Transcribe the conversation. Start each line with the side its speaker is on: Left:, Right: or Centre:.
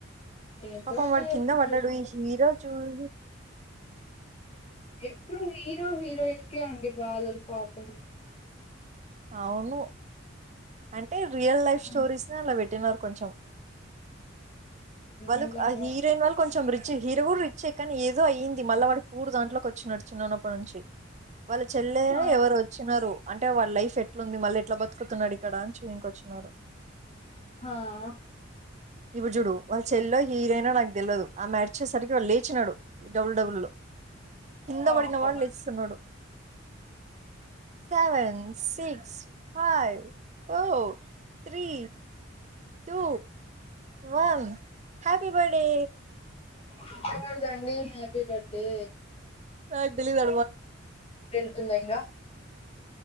Left: ఏందో
Right: పాపం
Left: అండి
Right: వాడకింద
Left: ఎప్పుడు
Right: పడదు
Left: చూసిన
Right: ఈ హీరో చూడ్
Left: ఎప్పుడు హీరో హీరోయిన్కే అండి బాధలు పాపం
Right: అవును అంటే రియల్ లైఫ్ స్టోరీస్
Left: ఉమ్,
Right: అలా పెట్ నారు వాళ కొంచెం వాళ్ళు
Left: నిజంగా
Right: హీరోయిన్ వాళ్ళు కొంచెం రిచ్ హీరో కూడా రిచ్ ఆ కానీ ఏదో అయ్యింది మళ్ళ వాడు పూర్ దాంట్లోకి వచ్చిన నడుచున్నన్నప్పటి నుంచి వాళ్ళ చెల్లెనా
Left: ఆ
Right: ఎవరు వచ్చినారు అంటే వాళ్ళ లైఫ్ చె ఎట్లుంది మళ్ళీ ఎట్లా బతుకుతున్నాడు ఇక్కడ అని చూ ఇక వచ్చినన్నారు
Left: ఆ
Right: ఇప్పుడు చుడు వాళ్ళ చెల్లల్లో హీరోయినా నాకు తెలియదు ఆ మ్యాడ్ వచ్చేసరికి వాళ్డు లేచినాడు డబ్లూడబ్లూ లో కింద
Left: పాపం
Right: పడిన వాడు లేచిస్తున్నాడు seven six five four three two one happy birthday
Left: <unintelligible> happy birthday
Right: వాడికి తెలియదా
Left: అందంగా